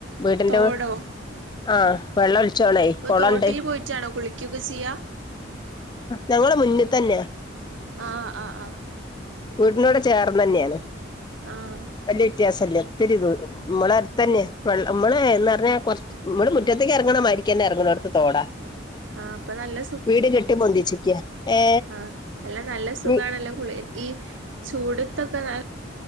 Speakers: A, on the left; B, on the right.
A: വീടിന്റെ
B: തോടോ
A: ആ വെള്ളം ഒഴിച്ച
B: അപ്പൊ
A: കോളണ്ട്
B: തോട്ടിൽ പോയിട്ടാണോ കുളിക്കൊക്കെ ചെയ്യാ
A: ഞമ്മള് മുന്നിൽ തന്നെയ
B: ആഹ് ആഹ് ആഹ
A: വീടിന കടെ ചേർന്ന് തന്നെയാണ്
B: ആഹ്
A: വല്യ വ്യത്യാസല്ലേ ത്തിരി നമ്മള അടുത്ത തന്നെെ നമ്മള എന്ന് പറഞ്ഞാ കുറ നമ്മുടെ മുറ്റത്തേക്ക് ഇറങ്ങണ മാരിക്ക തന്നെ ഇറങ്ങ തോടാ
B: ആഹ് അപ്പൊ നല്ല
A: വീട് കെട്ടി ബൊന്തിച്ചിക്ക ഏ
B: ആഹ അല്ല നല്ല സുഖമാണല്ലോ
A: വീ
B: കുളി ഈ ചൂടുത്തൊക്കെ ന